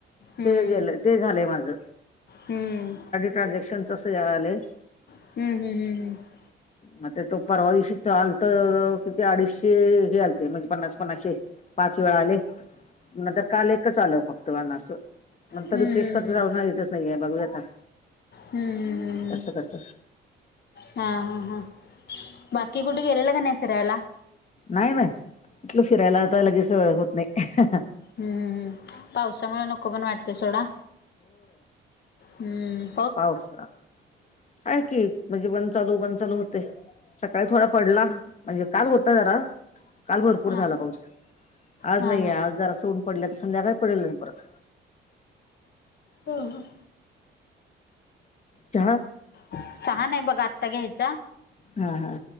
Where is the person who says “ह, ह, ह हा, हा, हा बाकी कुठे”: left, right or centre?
Left